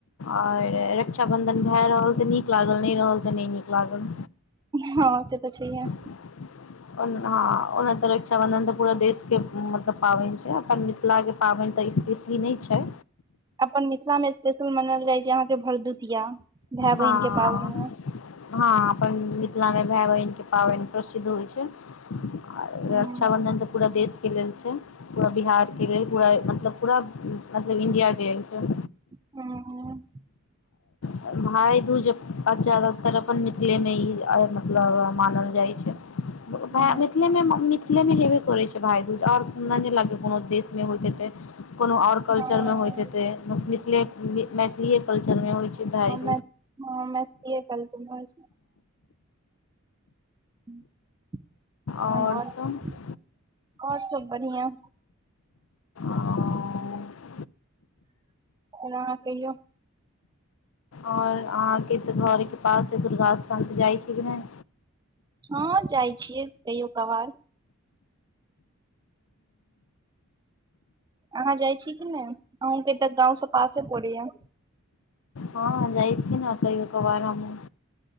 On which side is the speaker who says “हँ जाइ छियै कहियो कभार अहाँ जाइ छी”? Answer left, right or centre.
Right